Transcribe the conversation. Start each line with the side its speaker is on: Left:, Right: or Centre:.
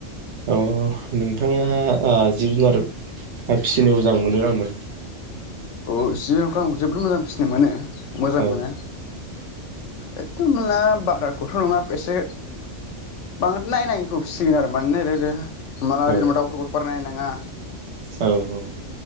Right: अ नोंथाङा ओ जिब जुनार फिसिनो मोजां मोनोना मोना?
Left: औ जिब जुनारखौ आं जोबोद मोजां फिसिनो मोनो मोजां
Right: औ
Left: मोनो एकदम ना बाराखौथ नङा एसे बांद्राय नायनाङिखौ फिसिगोन आरो मानोना रैनो हमना ला
Right: औ
Left: जेनबा दाउफोरखौ बारा नायनाङा नाङा
Right: औ औ